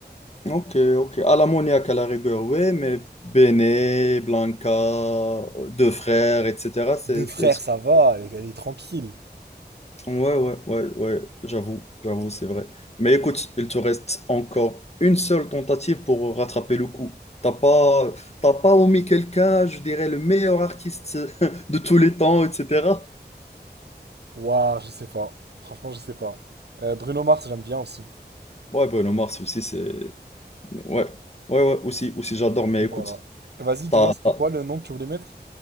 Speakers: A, on the left; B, on the right.
A: Ok, ok. À l'ammoniaque à la rigueur, oui, mais Béné, Blanca, euh, Deux Frères, etc. C'est,
B: Deux frères,
A: c'est...
B: ça va, elle, est elle est tranquille.
A: Ouais, ouais, ouais, ouais, j'avoue, j'avoue, c'est vrai. Mais écoute, il te reste encore une seule tentative pour rattraper le coup. T'as pas, t'as pas omis quelqu'un, je dirais, le meilleur artiste <laughs> de tous les temps, etc.
B: Waouh, je sais pas. Franchement, je sais pas. Euh, Bruno Mars, j'aime bien aussi.
A: Ouais, Bruno Mars aussi, c'est Ouais, ouais, ouais, aussi, aussi j'adore, mais
B: Et
A: écoute,
B: voilà. Vas-y, dis-moi,
A: t'as,
B: c'était
A: t'as,
B: quoi le nom que tu voulais mettre?